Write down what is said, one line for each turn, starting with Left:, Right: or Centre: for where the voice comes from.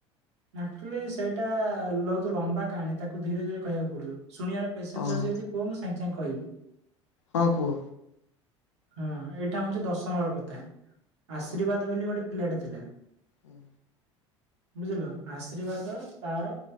Right: ଆକଚ୍ୟୁଲି ସେଇଟା ଲହୁତ ଲମ୍ବା କାହାଣୀ ତାକୁ ଧୀରେ ଧୀରେ କହିବାକୁ ପଡିବ। ଶୁଣିବାର ପେସେନ୍ସେ
Left: ଓହୋ
Right: ଅଛି ଯଦି କୁହ। ମୁଁ ସାଙ୍ଗେ ସାଙ୍ଗେ କହିବି।
Left: ହଁ କୁହ।
Right: ହଁ ଏଇଟା ହୋଉଚି ଦଶମର କଥା। ଆଶୀର୍ବାଦ
Left: ହଁ
Right: ବୋଲି ଗୋଟେ ପିଲାଟେ ଥିଲା।
Left: ହୁଁ।
Right: ବୁଝିଲ ଆଶୀର୍ବାଦ ତାର